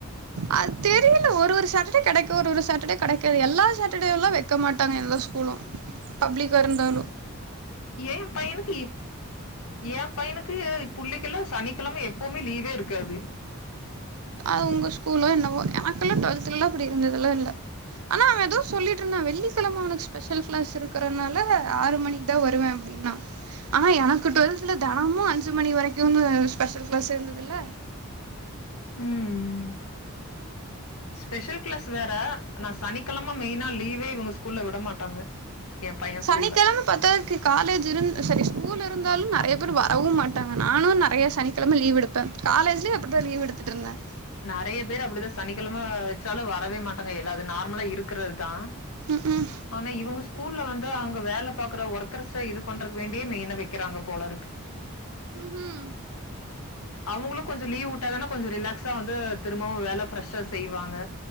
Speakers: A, on the right; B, on the left.
A: அது தெரியல ஒரு ஒரு சேட்டர்டே கிடைக்கும் ஒரு ஒரு சாட்டர்டே கிடைக்காது எல்லா சேட்டர்டே எல்லாம் வைக்க மாட்டாங்க எல்லா ஸ்கூலும் பப்ளிக்கா இருந்தாலும்
B: என் பையனுக்கு இப் என் பையனுக்கு புள்ளக்கெல்லாம் சனிக்கிழமை எப்பவுமே லீவே இருக்காது
A: அது உங்க ஸ்கூலோ என்னவோ எனக்கெல்லாம் டுவெல்த்த்லாம் அப்படி இருந்ததெலாம் இல்ல ஆனால் அவன் ஏதோ சொல்லிட்டு இருந்தான் வெள்ளிக்கிழமை அவனுக்கு ஸ்பெஷல் கிளாஸ் இருக்கிறதுனால ஆறு மணிக்கு தான் வருவேன் அப்படின்னா ஆனால் எனக்கு டுவெல்த்தல தினமும் அஞ்சு மணி வரைக்கும்னு ஸ்பெஷல் கிளாஸ் இருந்ததில்ல
B: ம் ஸ்பெஷல் கிளாஸ் வேற நான் சனிக்கிழமை மெயினா லீவே இவங்க ஸ்கூல்ல விட மாட்டாங்க ஏ பைய
A: சனிக்கிழமை
B: ஸ்கூல்ல
A: பத்தாதுக்கு காலேஜ் இருந் சாரி ஸ்கூல் இரு ந்தாலும் நிறைய பேர் வரவும் மாட்டாங்க நானும் நெறைய சனிக்கிழமை லீவு எடுப்பேன் காலேஜ்லயு அப்படி தான் லீவ் எடுத்துட்டுருந்தேன்
B: நெறைய பேர் அப்படிதான் சனிக்கிழமை வச்சாலும் வரவே மாட்டாங்க எல்லா அது நார்மலா இருக்கிறதுதான்
A: ம்ஹூம்
B: ஆனா இவங்க ஸ்கூல்ல வந் தா அங்க வேலை பாக்குற ஒர்க்கர்ஸ் சா இது பண்றக்கு வேண்டியே மெயின வைக்கிறாங்க போல இருக்கு <inaudible>
A: ம்ஹூம்
B: அவங்களுக்கு கொஞ்ச லீவு விட்டாதானா கொஞ்ச ரிலாக்ஸ் வந்து திரும்பவும் வேலை ஃப்ரெஷ்ஷா செய்வாங்க